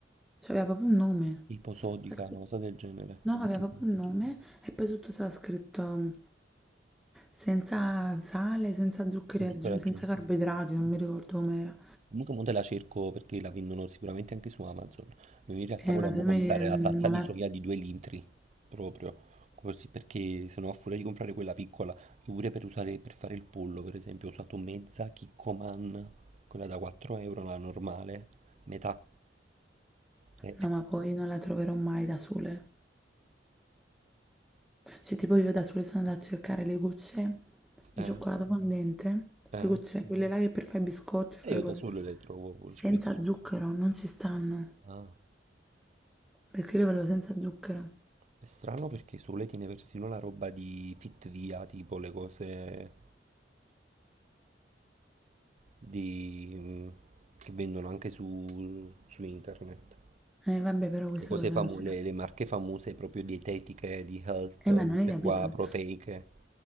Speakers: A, in the centre; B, on the right (about 40°).
A: Cioè, aveva proprio un nome.
B: iposodica,
A: Salsa-
B: una cosa del genere,
A: No,
B: perché
A: aveva proprio un nome e poi sotto stava scritto mm, senza sale, senza zuccheri
B: è di
A: aggiunti,
B: coraggio.
A: senza carboidrati, non mi ricordo com'era.
B: Comunque mo te la cerco perché la vendono sicuramente anche su Amazon. Noi in realtà
A: Eh,
B: volevamo
A: ma se
B: comprare
A: mi- non
B: la salsa di
A: la...
B: soia di 2 litri, proprio, così perché se no a furia di comprare quella piccola, io pure per usare, per fare il pollo per esempio ho usato mezza Kikkoman, quella da 4 euro, la normale, metà. Eh, eh,
A: No, ma poi non la troverò mai da sole. Cioè, tipo io da
B: no.
A: sole sono andata a cercare le gocce di
B: eh,
A: cioccolato fondente,
B: eh.
A: le gocce, quelle là che per fare i biscotti e fare
B: E io
A: le cose,
B: da sole le trovo poi
A: senza
B: spesso.
A: zucchero, non ci stanno.
B: Ah,
A: Perché io lo volevo senza zucchero.
B: È strano perché Sole tiene persino la roba di Fitvia, tipo le cose di, mh, che vendono anche su, su internet.
A: Eh, vabbè, però queste
B: Le cose
A: cose
B: famose,
A: non si fa.
B: le, le marche famose proprio dietetiche, di health,
A: Eh, ma non
B: queste
A: hai capito?
B: qua proteiche.